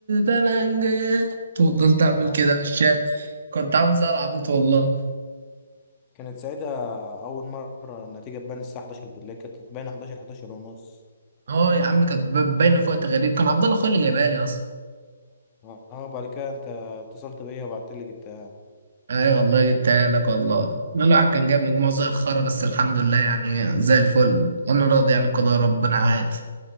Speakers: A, on the right; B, on the left.
A: انا نجحت وفضلت اعمل
B: اه
A: كده في الشارع كنت عامل زي العبيط والله
B: كانت ساعتها اول مرة النتيجة تبان الساعة 11 بالليل كانت تبان 11 11 ونص
A: اه يا عم كانت ب- باينه في وقت غريب كان عبد الله اخويا اللي جايبها لي اصلا
B: اه بعد كده انت اتصلت بيا وبعت لي جبتها
A: اي والله جبتها لك والله الواحد كان جايب مجموع زي الخرا بس الحمد لله يعني زي الفل انا راضي يعني بقضاء ربنا عادي